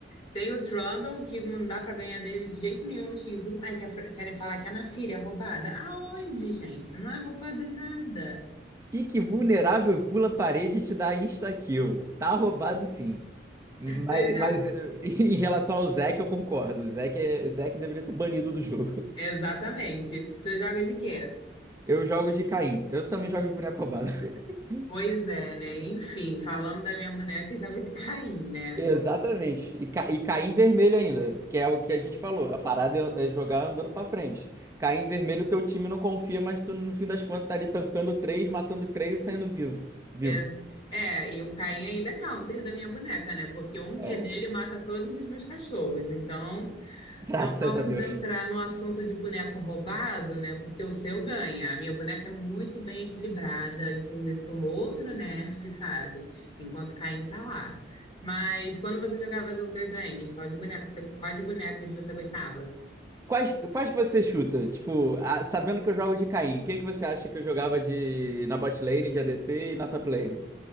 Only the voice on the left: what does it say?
Tem o Trundle, que não dá pra ganhar dele de jeito nenhum no X1. Aí quer- querem falar que a Naafiri é roubada. Aonde, gente? Não é roubada nada.
Você joga...
Exatamente. Você joga de quê?
Pois é, né? Enfim, falando da minha boneca, joga de Caim, né?
Bom,
é, é, e o Caim ainda é counter da minha boneca, né? Porque um
Q dele mata todos os meus cachorros. Então,
Não vamos
entrar no assunto de boneco roubado, né? Porque o seu ganha. A minha boneca é muito bem equilibrada, inclusive tomou outro nerf, sabe? Enquanto Caim tá lá. Mas quando você jogava as outras lanes, quais bonecos, você- quais bonecos você gostava?